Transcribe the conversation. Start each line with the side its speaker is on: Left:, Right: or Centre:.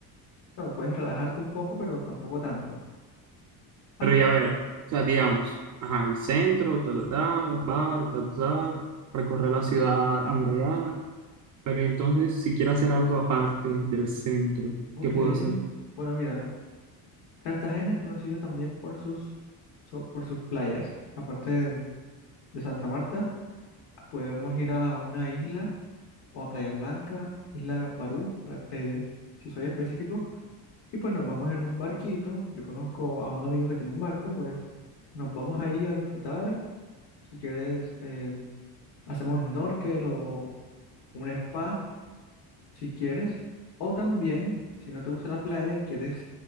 Left: Claro, puedes relajarte un poco, pero tampoco tanto.
Right: Pero
Left: Ah,
Right: ya
Left: pues,
Right: ver, o sea, digamos, ajá, el centro, ta, ta, ta, bar, ta, ta, ta, recorrer la ciudad amurallada. Pero entonces, si quiero hacer algo aparte del centro,
Left: ok.
Right: ¿qué puedo hacer?
Left: Bueno, mira, Cartagena es conocido también por sus, so- por sus playas. Aparte de, de Santa Marta, podemos ir a una isla o a Playa Blanca, Isla Barú, pra- eh, si soy específico. Y pues nos vamos en un barquito. Yo conozco a un amigo que tiene un barco, pues nos vamos ahí a disfrutar Si quieres, eh, hacemos snorkel o un spa, si quieres. O también, si no te gusta la playa y quieres